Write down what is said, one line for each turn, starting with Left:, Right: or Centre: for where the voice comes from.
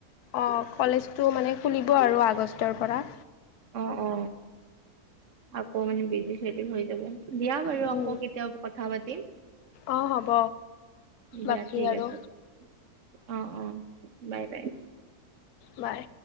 Left: অঁ কলেজটো মানে খুলিব আৰু আগষ্টৰ পৰা।
Right: অ অ আকৌ মানে বিজি চেদিউল হৈ যাব। দিয়া বাৰু
Left: উম।
Right: আকৌ কেতিয়াবা কথা পাতিম।
Left: অ', হ'ব
Right: দিয়া
Left: বাকী
Right: ঠিক
Left: আৰু
Right: আছে দিয়া, অ অ। Bye bye.
Left: বাই।